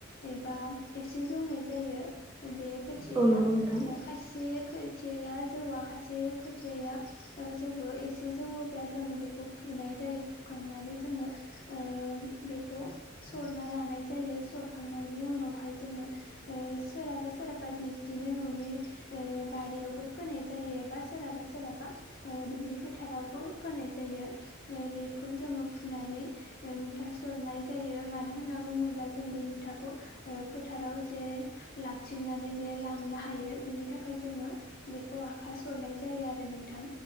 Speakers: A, on the left (about 50°); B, on the right (about 20°).
A: एबा एसे जौनाय जायो बे खोथियाआ
B: औ नंगौ नोंथां
A: खायसे खो खोथियाआ जौआ खायसे खोथियाआ ओ जौवो एसे जौवोब्ला जोंङो बेखौ फुनाय जायो फुखांनानै जोंङो ओ बेखौ सरना लानाय जायो सरखांनायनि उनावहाय जोंङो ओ सोरहाबा सोरहाबा बिदिनो न'नि ओ बारिआवबो फोनाय जायो बा सोरहाबा सोरहाबा ओ दुब्लि फोथारावबो फोनाय जायो ओ बेखौ जोंङो फुनानै ओ‌ मुथा सरनाय जायो मानो होनना बुंङोब्ला जों बे फोथाखौ ओ‌ फोथाराव जेरै लाबथिंनानै बे लांनो हायो बिनि थाखाय जोंङो बेखौ आखााइ सरनाय जायो आरो नोंथां